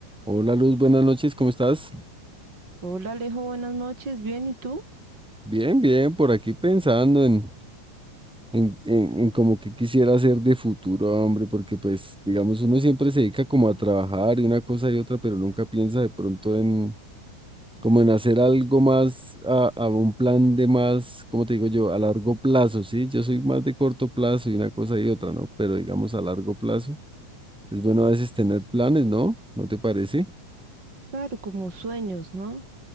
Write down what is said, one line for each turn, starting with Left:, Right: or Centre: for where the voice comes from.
Centre: Hola Luz, buenas noches, ¿cómo estás?
Right: Hola Alejo, buenas noches, bien, ¿y tú?
Centre: Bien, bien, por aquí pensando en, en, en, en como que quisiera hacer de futuro, hombre, porque pues, digamos, uno siempre se dedica como a trabajar y una cosa y otra, pero nunca piensa de pronto en, como en hacer algo más, a, a un plan de más, ¿cómo te digo yo? A largo plazo, ¿sí? Yo soy más de corto plazo y una cosa y otra, ¿no? Pero digamos a largo plazo, es bueno a veces tener planes, ¿no? ¿No te parece?
Right: Claro, como sueños, ¿no?